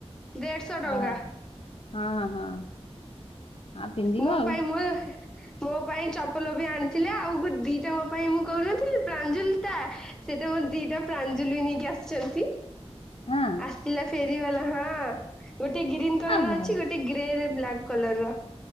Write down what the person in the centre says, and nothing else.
ଦେଢଶହ ଟଙ୍କା।
ମୋ
ପାଇଁ <unintelligible> ମୋ ପାଇଁ ଚପଲ ବି ଆଣିଥିଲେ। ଆଉୋ ଦିଟା ମୋ ପାଇଁ ମୁଁ କହୁନଥିଲି ପ୍ରାଞ୍ଜୁ ଲିତା ସେଇଟା ମୋର ଦିଟା ପ୍ରାଞ୍ଜୁଲି ନେଇକି ଆସିଛନ୍ତି।
ଆସିଥିଲା ଫେରିବାଲା ହଁ ଗୋଟେ ଗ୍ରୀନ୍ କଲର୍
ଅଛି, ଗୋଟେ ଗ୍ରେରେ ବ୍ଲାକ୍ କଲର୍ ର।